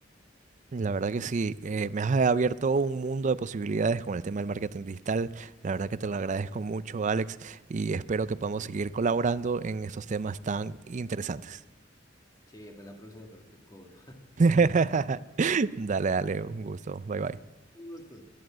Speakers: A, on the right; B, on the left.
A: La verdad que sí, eh, me has abierto un mundo de posibilidades con el tema del marketing digital. La verdad que te lo agradezco mucho, Alex, y espero que podamos seguir colaborando en estos temas tan interesantes.
B: Sí, para la próxima, pero te cobro.
A: <laughs> Dale, dale, un gusto. Bye, bye.
B: <laughs> Un gusto.